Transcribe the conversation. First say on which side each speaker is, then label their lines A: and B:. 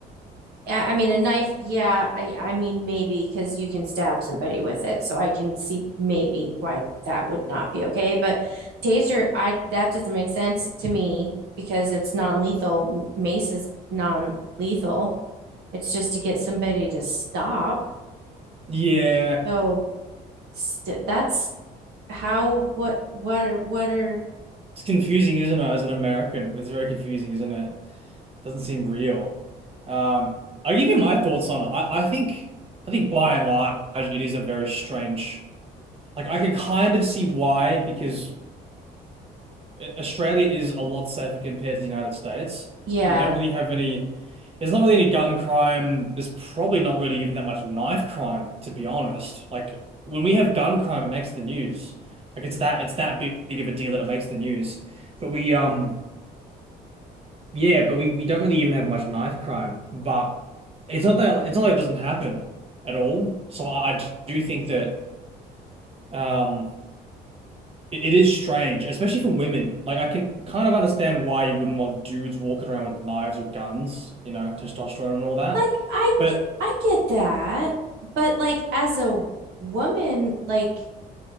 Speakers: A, on the right; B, on the right.
A: I I mean, a knife, yeah, I I mean maybe because you can stab somebody with it, so I can see maybe why that would not be okay. But taser, I that doesn't make sense to me because it's non-lethal. Mace is non-lethal. It's just to get somebody to stop.
B: Yeah,
A: So st that's how what what are what are
B: it's confusing, isn't it? As an American, it's very confusing, isn't it? Doesn't seem real. Um, I'll give you my thoughts on it. I, I think I think by and large it is a very strange. Like I can kind of see why, because Australia is a lot safer compared to the United States.
A: yeah.
B: We don't really have any. There's not really any gun crime. There's probably not really even that much knife crime, to be honest. Like when we have gun crime, it makes the news. Like it's that it's that big of a deal that it makes the news. But we um. Yeah, but we, we don't really even have much knife crime. But it's not that it's not like it doesn't happen at all. So I, I do think that um it, it is strange, especially for women. Like I can kind of understand why you wouldn't want dudes walking around with knives or guns, you know, testosterone and all that.
A: Like I
B: But
A: g- I get that, but like as a woman, like